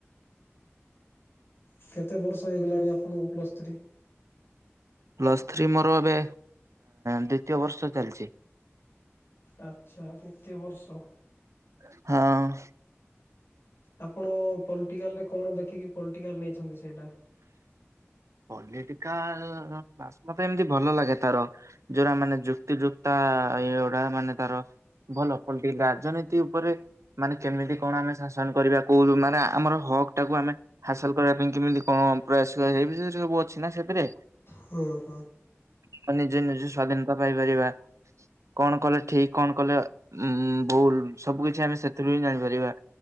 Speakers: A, on the left; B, on the right.
A: କେତେ ବର୍ଷ ହେଇଗଲାଣି ଆପଣଙ୍କୁ ପ୍ଲସ୍ ଥ୍ରୀ?
B: ପ୍ଲସ୍ ଥ୍ରୀ ମୋର ଏବେ ଦ୍ଵିତୀୟ ବର୍ଷ ଚାଲିଛି।
A: ଆଚ୍ଛା ଦ୍ୱିତୀୟ ବର୍ଷ।
B: ହଁ।
A: ଆପଣ ପଲିଟିକାଲ ରେ କଣ ଦେଖିକି ପଲିଟିକାଲ ନେଇଛନ୍ତି ସେଇଟା
B: ପଲିଟିକାଲ ବାସ ମତେ ଏମତି ଭଲ ଲାଗେ ତାର ଯୋଉଟା ମାନେ ଯୁକ୍ତି ଯୁକ୍ତାଗଡା ମାନେ ତାର। ଭଲ କଣ ଟିକେ ରାଜନୀତି ଉପରେ ମାନେ କେମିତି କଣ ଆମେ ଶାସନ କରିବା କହୁ ମାନେ ଆମର ହକ୍ ଟାକୁ ଆମେ ହାସଲ କରିବା ପାଇଁ କେମିତି କଣ ପ୍ରୟାସ ସେଇ ବିଷୟରେ ସବୁ ଅଛି ନା ସେଥିରେ
A: ହୁଁ ହୁଁ
B: ତ ନିଜେ ନିଜେ ସ୍ଵାଧୀନତା ପାଇପାରିବା। କଣ କଲେ ଠିକ କଣ କଲେ ଉ ଭୁଲ ସବୁ କିଛି ଆମେ ସେଥିରୁ ହିଁ ଜାଣିପାରିବା।